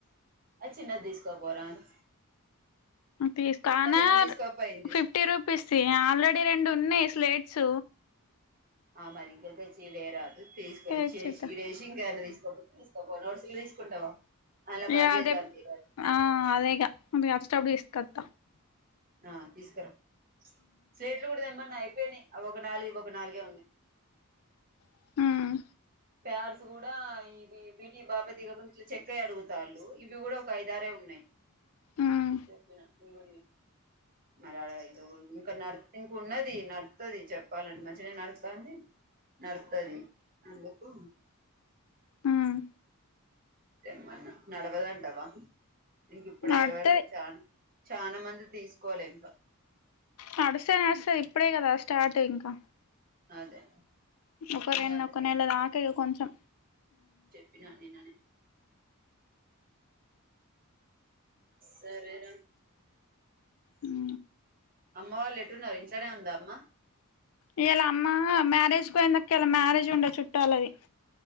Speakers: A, on the right (about 40°); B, on the left (about 70°).
A: అది చిన్నది తీసుకపోరాదు
B: తీసు కానా
A: నువ్వు తీసుకోపోయింది
B: ఫిఫ్టీ రూపీస్ ది ఆల్రెడీ రెండు ఉన్నాయి స్లేట్స్
A: ఆ మరి ఇంక తెచ్చీ ఇడే రాదు తీసుకొచ్చి
B: తెచ్చిద్దా
A: ఇడ వేసి ఇంక ఏమన్నా తీసుకపోతే త నోట్స్లు తీసుకుంటావా అలా కట్
B: ఇగ
A: చేద్దాం
B: రేప్
A: తీరాదు
B: ఆ అదేగా ముందుగా అచ్చేటప్పుడు తీసుకత
A: ఆ తీసుకురా ప్లేల్ట్ కూడా తేమ్మన్నా అయిపోయినాయి అవి ఒక నాలుగు ఇవ ఒక నాలుగే ఉన్నాయి
B: మ్మ్
A: పాడ్స్ గూడా ఈ వీటి బాబా దగ గురించి ఇట్లా చెక్క అడుగుతాళ్ళు ఇవి గూడా ఒక ఐదారే ఉన్నయి
B: మ్మ్
A: చెప్పిన ఇవి గూడా మరి ఇదో ఇంకా నడు ఇంక ఉన్నది నడుతుది చెప్పాలంటే మంచిగానే నడుస్తంది నడుస్తాది అందుకు
B: మ్మ్
A: తెమ్మనా నడవదంటావా ఇంక ఇప్పుడే
B: నడుత్తది
A: ఎవరు చా చనా మంది తీసుకోలే ఇంకా
B: నడుస్తానే వస్తది ఇప్పుడే గదా స్టార్ట్ ఇంకా
A: అదే
B: ఒక
A: ఇగ
B: రెండు
A: అందుకే
B: ఒక నెల దాక ఇగా కొంచెం
A: చెప్పిన నిన్ననే సరే రా
B: ఉ
A: అమ్మ వాళ్ళు ఎటు ఉన్నారు ఇంట్లోనే ఉందా అమ్మ
B: ఇలా అమ్మ మ్యారేజ్ పోయిన దాక్క ఇలా మ్యారేజ్ ఉండే చుట్టూలది
A: ఆ